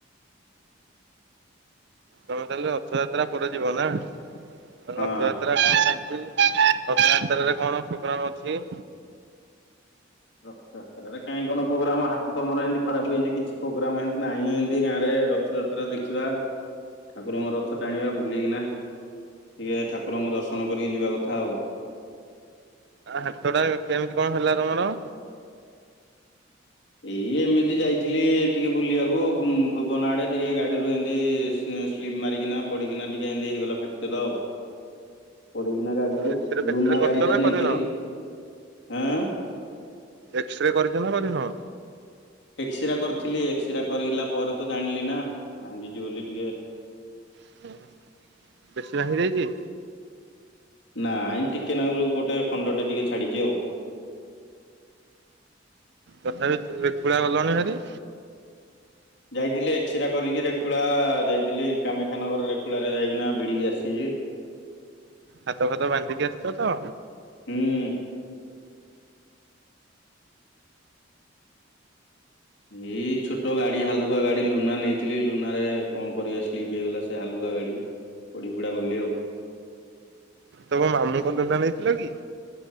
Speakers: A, on the right; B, on the left.
A: ତମେ ତାହେଲେ ରଥଯାତ୍ରା ପରେ ଯିବ ନା ରଥଯାତ୍ରା-
B: ହଁ।
A: କଣ ଚାଲିଛି <unintelligible> ରଥଯାତ୍ରାରେ କଣ ପ୍ରୋଗ୍ରାମ ଅଛି।
B: ରଥଯାତ୍ରାରେ କାହିଁ କଣ ପ୍ରୋଗ୍ରାମ ହାତତ ମୋର ଏମିତି ଖରାପ ହେଇଛି କିଛି ପ୍ରୋଗ୍ରାମ ଏମିତି ନାହିଁ ଏମିତି ଗାଁରେ ରଥଯାତ୍ରା ଯାତ୍ରା ଦେଖିବା ଠାକୁରଙ୍କ ରଥ ଟାଣିବା ବୁଲିକିନା। ଟିକେ ଠାକୁରଙ୍କୁ ଦର୍ଶନ କରିକି ଯିବା କଥା ଆଉ-
A: ହାତ ଟା କେମିତି କଣ ହେଥିଲା ତମର-
B: ଏଇ ଏମିତି ଯାଇଥିଲି ଟିକେ ବୁଲିବାକୁ ଭୁବନ ଆଡେ ଟିକେ ଗାଡିରୁୁ ଏମତି ତି ସ୍ଲିପ୍ ମାରିକିନା ପଡ଼ିକି ଟିକେ ଏମିତି ହେଇଗଲା ଫ୍ୟାକ୍ଚର ଆଉ- ପଡିକିନା ଗାଡିରୁ
A: ଏକ୍ସରେ ଫେକ୍ସରେ
B: ଲୁନା
A: କରିଛ
B: ଗାଡି ଟା
A: ନା କରିନ
B: ନେଇଥିଲି ଆଁ
A: ଏକ୍ସରେ କରିଛନ୍ତି ନା କରିନ?
B: ଏକ୍ସିରା କରିଥିଲି ଏକ୍ସିରା କରିଲା ପରେ ତ ଜାଣିଲି ନା ଭାଙ୍ଗିଛି ବୋଲି ଟିକେ-
A: <unintelligible> ବେଶୀ ଭାଙ୍ଗି ଯାଇଚି?
B: ନାଇଁ ଟିକେ ନାଁରୁ ଗୋଟେ ଖଣ୍ଡଟେ ଟିକେ ଛାଡିଛି ଆଉ।
A: ତଥାପି ରେକୁୁଳା ଗଲଣି ହାରି।
B: ଯାଇଥିଲି ଏକ୍ସିରା କରିକି ରେକୁଳା ଯାଇଥିଲି କାମାକ୍ଷାନଗର ରେକୁଳାରେ ଯାଇକିନା ଭିଡ଼ିକି ଆସିଚି।
A: ହାତ ଫାତ ବାନ୍ଧିକି ଆସିଚ ତ?
B: ହୁଁ। ଏଇ ଛୋଟ ଗାଡି ହାଲୁକା ଗାଡି ଲୁନା ନେଇଥିଲି ଲୁନା ରେ କଣ କରିବା ସ୍ଲିପ୍ ହେଇଗଲା ସେ ହାଲୁକା ଗାଡିକୁ ପଡି ପୁଡା ଗଲି ଆଉ।
A: ତମ ମାମୁଁଙ୍କ ଲୁନା ନେଇଥିଲ କି?